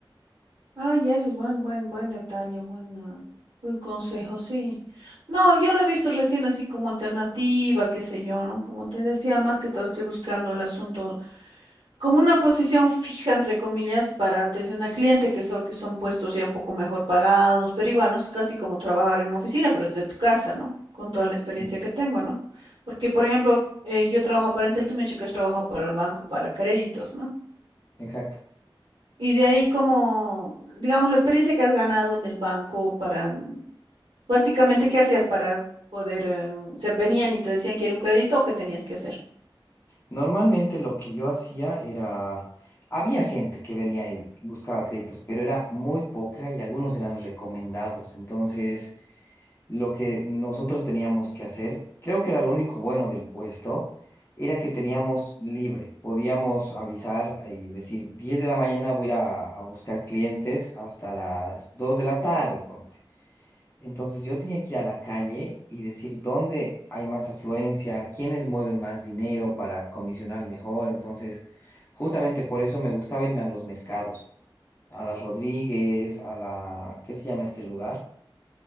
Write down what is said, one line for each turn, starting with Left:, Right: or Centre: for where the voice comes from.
Right: Ah, ya, ese es buen, buen, buen detalle, buena, buen consejo, sí. No, yo lo he visto recién así como alternativa, qué sé yo, ¿no? Como te decía, más que todo estoy buscando el asunto como una posición fija, entre comillas, para atención al cliente, que son, que son puestos ya un poco mejor pagados, pero igual no es casi como trabajar en una oficina, pero desde tu casa, ¿no? Con toda la experiencia
Left: Mm.
Right: que tengo, ¿no? Porque, por ejemplo, eh, yo trabajo para Entel, tú me has dicho que has trabajado para el banco, para créditos, ¿no?
Left: Exacto.
Right: Y de ahí como, digamos, la experiencia que has ganado en el banco para, básicamente, ¿qué hacías para poder, eh, o sea, venían y te decían que era un crédito o qué tenías que hacer?
Left: Normalmente lo que yo hacía era, había gente que venía y buscaba créditos, pero era muy poca y algunos eran recomendados. Entonces, lo que nosotros teníamos que hacer, creo que era lo único bueno del puesto, era que teníamos libre. Podíamos avisar y decir, 10 de la mañana voy a ir a, a buscar clientes hasta las 2 de la tarde, ponte. Entonces yo tenía que ir a la calle y decir dónde hay más afluencia, quiénes mueven más dinero para comisionar mejor. Entonces, justamente por eso me gustaba irme a los mercados, a la Rodríguez, a la, ¿qué se llama este lugar?